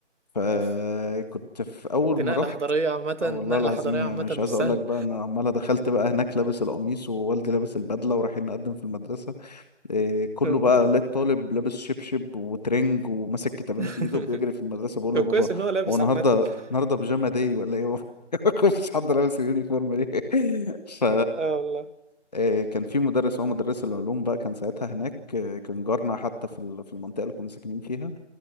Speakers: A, on the left (about 35°); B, on the right (about 80°).
A: فكنت
B: اوف
A: في اول
B: دي
A: ما
B: نقله
A: رحت
B: حضاريه عامه
A: آه، والله
B: نقله
A: العظيم
B: حضاريه
A: يعني
B: عامه
A: مش عايز
B: مش
A: اقول
B: سهله
A: لك بقى انا عماله دخلت بقى هناك لابس القميص ووالدي لابس البدله ورايحين نقدم في المدرسه إيه، كله
B: اه
A: بقى لقيت طالب لابس شبشب وترنج وماسك كتابين
B: <laughs>
A: في ايده وبيجري في المدرسه بقول
B: طب
A: له يا
B: كويس
A: بابا
B: ان هو لابس
A: هو النهارده
B: عامه <laughs>
A: النهارده بيجاما داي ولا ايه <laughs> مفيش حد لابس اليونيفورم ليه <laughs> ف
B: اه والله
A: إيه، كان في مدرس هو مدرس العلوم بقى كان ساعتها هناك إيه، كان جارنا حتى في ال- في المنطقه اللي كنا ساكنين فيها